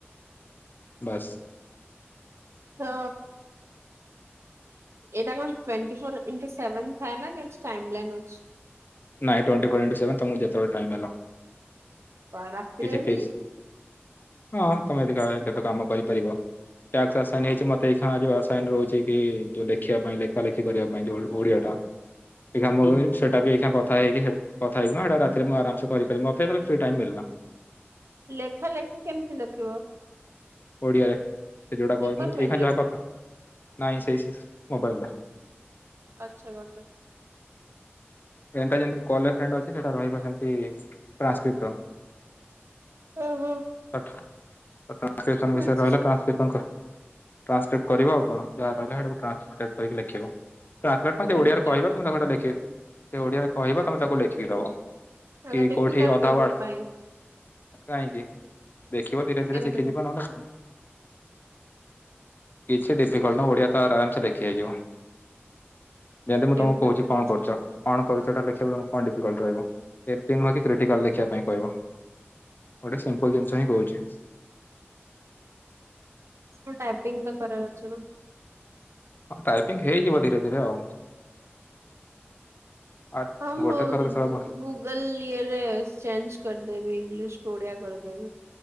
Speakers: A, on the left; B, on the right.
A: ବାସ୍
B: ତ ଏଟା କଣ ଟଣ୍ଟି ଫୋର ଇଣ୍ଟୁ ସେଭେନ୍ ଥାଏ ନା କେ ଟାଇମ ଲାଇନ ଅଛି।
A: ନାଇଁ ଟ୍ୱଣ୍ଟି ଫୋର ଇଣ୍ଟୁ ସେଭନ୍ ତମକୁ ଯେତେବେଳେ ଟାଇମ୍ ହେଲା।
B: ବା ରାତିରେବି
A: କିଛି ଫିକ୍ସ ହଁ ତମେ ଯଦି ଏ ତକ କାମ କରିପାରିବ ଟାକ୍ସ ଆସାଇନ ହେଇଛି ମତେ ଏଇ ଯୋଉଁ ଆସାଇନ ରହୁଛି କି ଯୋଉଁ ଲେଖିବା ପାଇଁ ଲେଖାଲେଖି କରିବା ପାଇଁ ଯୋଉଁ ଓଡ଼ିଆ ଟା ଏ ମ ସେଟା ବି ଏ କଥ କଥା ହେଇକି କଥା ହେଇକିନା ସେଟା ରାତିରେ ମୁଁ ଆରାମେ କରି ପାରେ ମତେ ଫ୍ରି ଟାଇମ ମିଳିଲା।
B: ଲେଖାଲେଖି କେମିତି ଲେଖିବ?
A: ଓଡ଼ିଆରେ ସେ ଯୋଉଁଟା
B: ପେପର
A: କ ମୁ
B: ପେନ
A: ଏଇା
B: ରେ
A: ଯାହା କଥା ନାଇଁ ସେଇ ମୋବାଇଲ ର
B: ଆଛା ଗୋଟେ
A: ଏଟା ଯେମତି କଲ ଏ ଫ୍ରେଣ୍ଡ ଅଛି। ସେଟା ରହିବ ସେମିତି ଟ୍ରାନ୍ସକ୍ରିପସନ୍।
B: ଓହୋ
A: ଟ୍ରକ୍ରି ଟ୍ରାନ୍ସକ୍ରିପସନ
B: ବୁଝୁଛି
A: ବିଷୟରେ ରହିଲ ଟ୍ରାନ୍ସକ୍ରିପସନ କରି ଟ୍ରାନ୍ସକ୍ରିପ୍ଟ୍ କରିବ। ଆଉ କଣ ଯାହା ରହିଲା ସେଇଟାକୁ ଟ୍ରାନ୍ସଲେଟ୍ କରିକି ଲେଖିବ। ଟ୍ରାନ୍ସଲେଟ ପାଇଁ
B: କେମିତି
A: ସେ ଓଡ଼ିଆରେ
B: ଲେଖ
A: କହିବ ତମେ ତାକୁ ଲେଖି ସେ ଓଡିଆରେ କହିବ, ତମେ
B: ଆଚ୍ଛା
A: ତାକୁ ଲେଖିକି ଦବ
B: ତାହେଲେ
A: କି
B: ଡିଫିକଲ୍ଟ
A: -କୋଉଠି ଅଧାୱାର୍ଡ
B: ବେ ମୋ ପାଇଁ
A: କାହିଁକି? ଦେଖିବ ଧୀରେ ଧୀରେ
B: କେମିତି
A: ଶିଖିଯିବ,
B: କ
A: ନହେଲେ କିଛି ଡିଫିକଲଟ ନା, ଓଡିଆ ତ ଆରାମସ ଲେଖି ହେଇଯିବ । ଯେମିତି ମୁଁ
B: କେମିତି
A: ତମକୁ କହୁଛି,
B: ଲେଖିବି
A: କଣ କରୁଛ? କଣ କରୁଛଟା ଲେଖିବା ବ କଣ ଡିଫିକଲଟ ରହିବ, ଏମିତି ନୁହଁ କି କ୍ରଟିକାଲ୍ ରେ ଲେଖିବା ପାଇଁ କହିବ । ଗୋଟେ ସିମ୍ପଲ ଜିନିଷ ହିଁ କହୁଛି ।
B: ମୁଁ ଟାଇପିଂ ତ କରବାର ଅଛି ନା ।
A: ହଁ ଟାଇପିଙ୍ଗ ହେଇଯିବ ଧୀରେ ଧୀରେ ଆଉ ଆ
B: ହମ
A: ଗୋଟେ ଥରରେ ସବୁ
B: ଗୁଗଲ ୟରେ ଚେଞ୍ଜ କରି ଦେବି ଇଂଲିଶ ଓଡ଼ିଆ କରିଦେବି ।